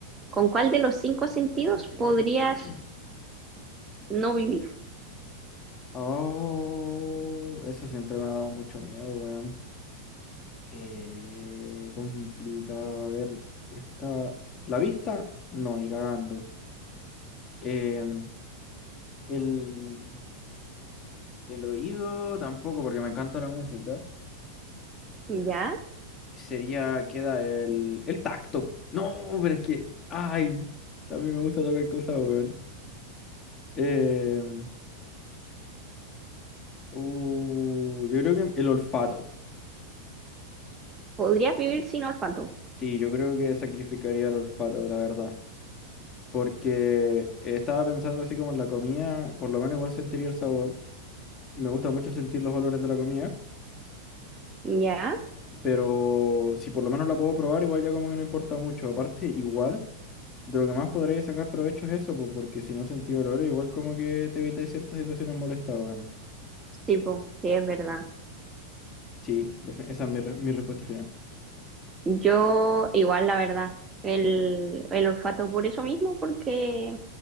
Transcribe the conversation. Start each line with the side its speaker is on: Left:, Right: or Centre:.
Right: con cuál de los cinco
Left: <clears throat>
Right: sentidos podrías no vivir?
Left: Oh, eso siempre me ha dado mucho miedo, weón. Eh, complicado. A ver, está. La vista, no, ni cagando. Em, el. El oído tampoco, porque me encanta la música.
Right: ¿Ya?
Left: Sería, queda el, el tacto. No, pero es que, ay, también me gusta tocar cosas, weón. Em, uh, yo creo que el olfato.
Right: ¿Podrías vivir sin olfato?
Left: Sí, yo creo que sacrificaría el olfato, la verdad. Porque estaba pensando así como en la comida, por lo menos igual sentiría el sabor. Me gusta mucho sentir los olores de la comida,
Right: ¿Ya?
Left: pero si por lo menos la puedo probar, igual ya como que no importa mucho. Aparte, igual. De lo que más podréis sacar provecho es eso, po, porque si no sentí dolor, igual como que te evitáis ciertas situaciones molestas, weón.
Right: Sí, po, sí, es verdad.
Left: Sí, defi- esa es mi, re- mi respuesta final.
Right: Yo igual, la verdad, el, el olfato por eso mismo, porque